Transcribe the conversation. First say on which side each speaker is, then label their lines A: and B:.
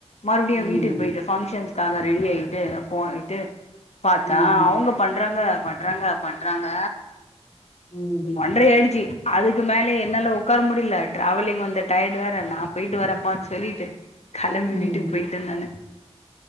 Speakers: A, on the left; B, on the left.
A: மறுபடியு
B: ம்
A: வீட்டுக்கு பொய்டே ரிஷப்சனுக்காக ரெடி ஆய்டு போயிட்டு பாத்தா
B: ம்
A: அவங்க பண்றாங்க பண்றாங்க பண்றாங்க
B: ம்
A: ஒண்றை ஆயிடுச்சு அதுக்கு மேலே என்னால உட்கார முடியல டிராவலிங் வந்த டயடு வேற நா போயிட்டு வரேப்பானு சொல்லிட்டு கெளம்பி
B: ம்
A: வீட்டுக்கு பொய்டே நானு